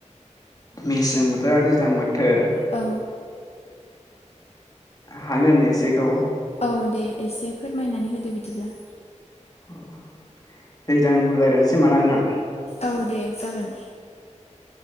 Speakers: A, on the left; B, on the left.
A: मेसें बोथोर दैज्लां बोथोर
B: औ
A: हागोन एसेखौ
B: औ दे एसे फोरमायनानै होदो बिदिब्ला
A: अ दैज्लांनिखौ जागायनोसै होमबा ना नोंथां
B: औ दे जागोन